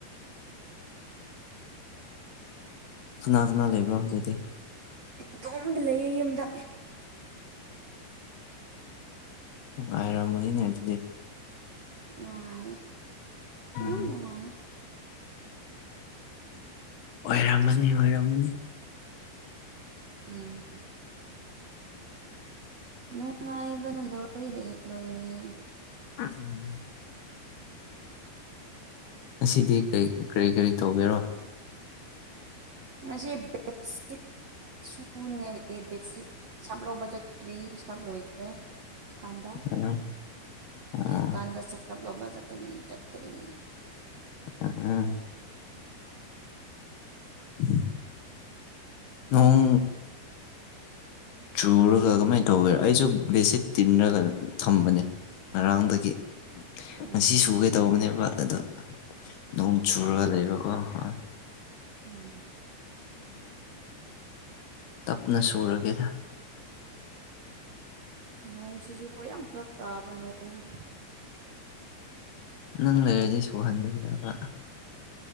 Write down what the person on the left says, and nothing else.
ꯀꯅꯥ ꯀꯅꯥ ꯂꯩꯕ꯭ꯔꯣ ꯍꯧꯖꯤꯛꯇꯤ
ꯑ ꯑꯔꯃ ꯉꯦꯇꯗꯤꯦ
ꯎꯝ
ꯑꯣꯏꯔꯝꯃꯅꯤ ꯑꯣꯏꯔꯝꯃꯅꯤ
ꯎꯝ ꯑꯁꯤꯗꯤ ꯀꯔꯤ ꯀꯔꯤ ꯇꯧꯕꯒꯦꯔꯣ
ꯎꯝ ꯎꯝ
ꯎꯝ ꯎꯝ ꯎꯝ ꯆꯨꯔꯒ ꯀꯃꯥꯏꯅ ꯇꯧꯒꯦ ꯑꯩꯁꯨ ꯕꯦꯠꯁꯤꯠ ꯇꯤꯔꯒ ꯊꯝꯕꯅꯦ ꯉꯔꯥꯡꯗꯒꯤ
ꯉꯁꯤ ꯁꯨꯒꯦ ꯇꯧꯕꯅꯦꯕ ꯑꯗꯣ ꯅꯣꯡ ꯆꯨꯔꯒ ꯂꯩꯕ ꯀꯣ ꯍ
ꯇꯞꯅ ꯁꯨꯔꯒꯦꯗ
ꯅꯪ ꯂꯩꯔꯗꯤ ꯁꯨꯍꯟꯕ ꯌꯥꯕ